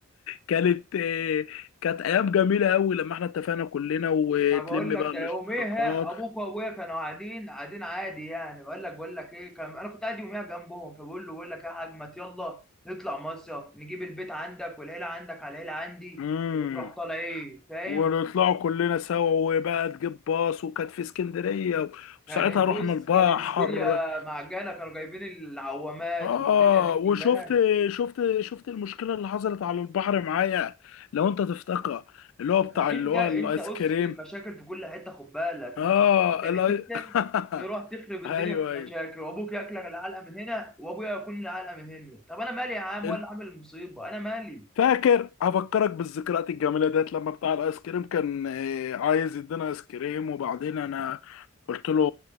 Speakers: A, on the left (about 65°); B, in the centre.
A: كانت آه، كانت ايام جميله قوي لما احنا اتفقنا كلنا وتلم
B: يعني بقول لك
A: بقى
B: ده
A: الاشتراكات
B: يوميها ابوك وابويا كانوا قاعدين قاعدين عادي يعني بقول لك بقول لك ايه كان انا كنت قاعد يوميها جنبهم فبقول له بقول لك ايه يا حاج ما يلا نطلع مصيف نجيب البيت عندك والعيله عندك على العيله عندي
A: امم
B: وتروح طالع ايه فاهم
A: ونطلعوا كلنا سوا وبقى تجيب باص وكانت في اسكندريه
B: كانت
A: وساعتها رحنا
B: بص
A: البحر
B: كانت الدنيا معجنه كانوا جايبين العوامات
A: اه
B: والدنيا دي كلها
A: وشفت شفت شفت المشكله اللي حصلت على البحر معايا لو انت تفتكر اللي هو بتاع
B: انت
A: اللي هو
B: انت
A: الايس
B: قص
A: كريم
B: المشاكل في كل حته خد بالك انت
A: اه
B: كنت في كل
A: الاي
B: حته
A: <laughs>
B: تروح تخرب الدنيا
A: ايوه
B: في المشاكل
A: ايوه
B: وابوك ياكلك العلقه من هنا وابويا ياكلني العلقه من هنا طب انا مالي يا عم
A: <laughs>
B: ولا عامل المصيبه انا مالي
A: فاكر هفكرك بالذكريات الجميله ديت لما بتاع الايس كريم كان آه، عايز يدينا ايس كريم وبعدين انا قلت له